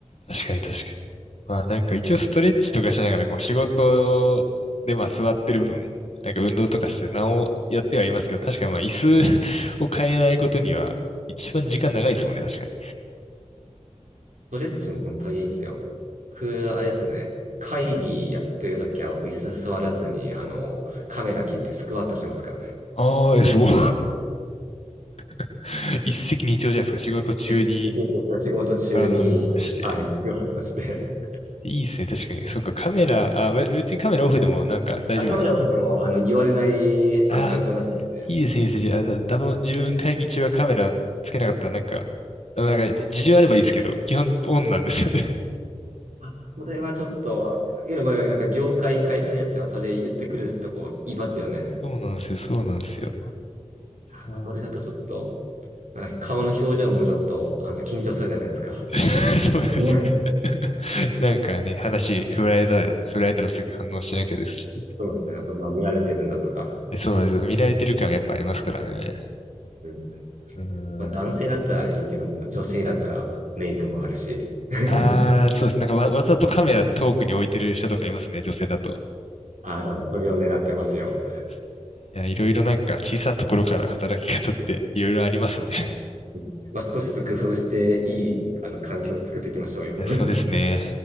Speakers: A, on the left; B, on the right.
A: 確かに確かに。まあなんか一応ストレッチとかしながらこう仕事でまあ座ってる分、なんか運動とかしてなおやってはいますけど、確かにまあ椅子 <laughs> を変えないことには一番時間長いですもんね、確かに。
B: ストレッチも本当にいいですよ。僕、あれですね、会議やってるときは僕椅子座らずに、あの、カメラ切ってスクワットしてますからね。
A: ああ、え、すごい。<laughs> 一石二鳥じゃないですか。仕事中に
B: 一石二鳥仕事中に、
A: 体を動かして。
B: はい、スクワットして。
A: いいですね、確かに。そっか、カメラ、あ、べ別にカメラオフでもなんか大丈夫なんですね。
B: あ、カメラを撮っても、あの、言われない、
A: あ
B: あの、環境なので、
A: いいですね、いいですね。じゃあ、だ、
B: も
A: だぶ自分会議中はカメラつけなかったらなんか、なんか事情あればいいですけど、基本オンなんですよね。
B: う、それはちょっと、いや、まなんか業界、会社によってはそれ言ってくるとこいますよね。
A: そうなんですよ、そうなんですよ。
B: あそれだとちょっと、
A: うん
B: なんか顔の表情もちょっと、あの、緊張するじゃないですか。
A: <laughs> そうですね。
B: うん
A: なんかね、話振られたら、振られたらすぐ反応しなきゃですし。
B: そうですね。あと、まあ、見られてるんだとか。
A: えそうなんですよ。見られてる感がやっぱありますからね。
B: うん
A: うん。
B: まあ男性だったらいいけども、女性だったらメイクもあるし。<laughs>
A: ああ、そうです。なんかわ、わざとカメラ遠くに置いてる人とかいますね、女性だと。
B: ああ、多分それを狙ってますよ。
A: ですねいや、いろいろなんか小さなところから働き方っていろいろありますね。
B: うんまあ少しずつ工夫していい、あの、環境を作っていきましょうよ。
A: いや、そうですね。